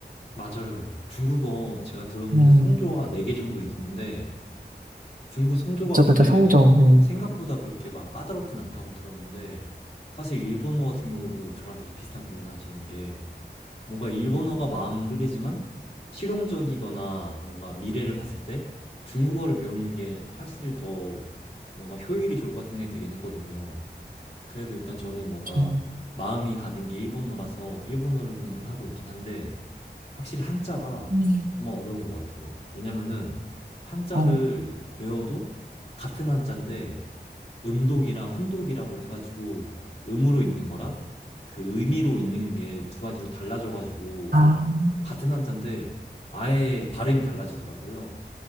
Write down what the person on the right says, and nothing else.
음,
그쵸,
그쵸, 성종. 음,
좀,
음,
어,
아, 아,